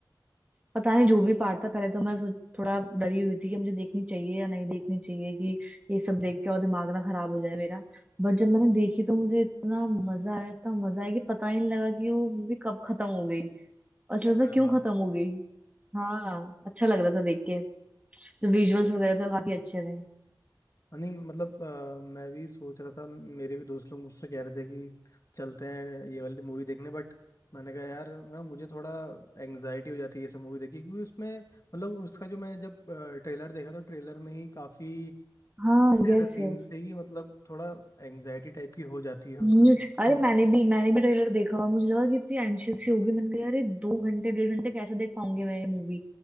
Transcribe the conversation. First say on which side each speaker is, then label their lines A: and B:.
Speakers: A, on the right; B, on the left.
A: पता नहीं जो भी पार्ट था पहले तो मैं सोच थोड़ा डरी हुई थी कि मुझे देखनी चाहिए या नहीं देखनी चाहिए कि ये सब देख के और दिमाग ना खराब हो जाए मेरा बट जब मैंने देखी तो मुझे इतना मजा आया इतना मजा आया कि पता ही नहीं लगा कि वो मूवी कब खत्म हो गई और ऐसा लगता
B: अरे
A: क्यों
B: वाह
A: खत्म हो गई हाँ अच्छा लग रहा था देख के जो विजुअल्स वगैरह थे वो काफी अच्छे थे
B: नहीं मतलब अ, मैं भी सोच रहा था मेरे भी दोस्त लोग मुझसे कह रहे थे कि चलते हैं ये वाली मूवी देखने बट मैंने कहा यार ना मुझे थोड़ा एंग्जाइटी हो जाती है ये सब मूवी देखी क्योंकि उसमें मतलब उसका जो मैं जब ट्रेलर देखा तो ट्रेलर में ही काफी
A: हाँ
B: ऐसे
A: यस
B: सीन्स
A: यस
B: थे कि मतलब थोड़ा एंग्जाइटी टाइप की हो जाती है
A: हम्म,
B: उसको देख
A: अरे
B: के।
A: मैंने भी मैंने भी ट्रेलर देखा और मुझे लगा कि इतनी एंशियस सी होगी मैंने कहा अरे दो घंटे डेढ़ घंटे कैसे देख पाऊंगी मैं ये मूवी